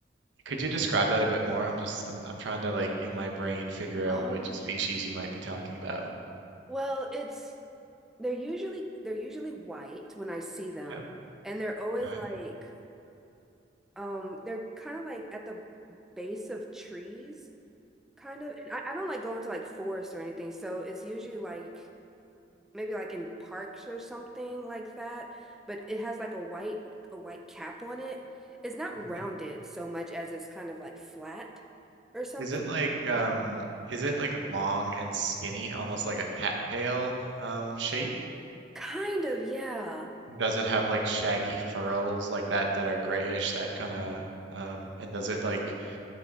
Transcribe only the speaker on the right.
could you describe that a bit more? I'm just I'm I'm trying to like in my brain figure
out which species you might be talking about.
Yeah.
Okay.
Okay.
Is it like um is it like long and skinny, almost like a cattail um shape?
And Does it have like shaggy furls like that that are grayish that kind of um and does it like